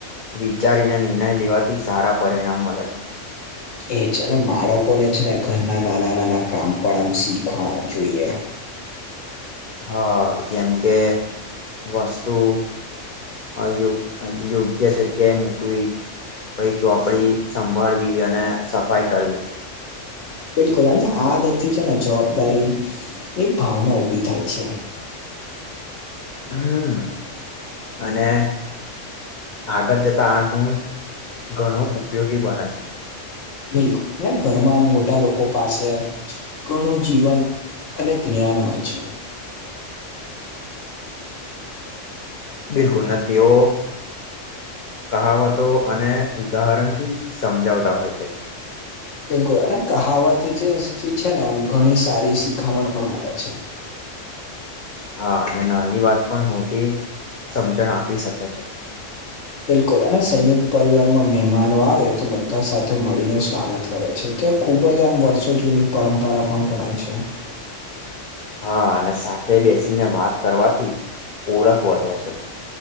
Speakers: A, on the left; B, on the left.
A: વિચારીને નિર્ણય લેવાથી સારા પરિણામ મળે છે.
B: એ છે, અને બાળકોને છે ને, ઘરના નાના-નાના કામ પણ આમ શીખવા જોઈએ.
A: હા, જેમ કે વસ્તુ અયો યોગ્ય જગ્યા મૂકવી. પછી ચોપડી સંભાળવી અને સફાઈ કરવી.
B: બિલકુલ, અને આદતથી છે ને, જવાબદારી ની ભાવના ઉભી થાય છે.
A: હમ, અને આગળ જતા આ ગુણ ઘણો ઉપયોગી બને છે.
B: બિલકુલ, અને ઘરમાં મોટા લોકો પાસે ઘણું જીવન અને જ્ઞાન હોય છે.
A: બિલકુલ, અને તેઓ કહાવતો અને ઉદાહરણથી સમજાવતા હોય છે.
B: બિલકુલ, અને કહાવતથી છે ને, ઘણી સારી શીખામણ પણ મળે છે.
A: હા, અને નાની વાત પણ મોટી સમજણ આપી શકે છે.
B: હમ. બિલકુલ, અને સંયુક્ત પરિવારમાં મહેમાનો આવે, તો બધા સાથે મળીને સ્વાગત કરે છે. તે ખૂબ જ આમ વર્ષો જૂની પરંપરા પણ ગણાય છે
A: હા, અને સાથે બેસીને વાત કરવાથી ઓળખ વધે છે.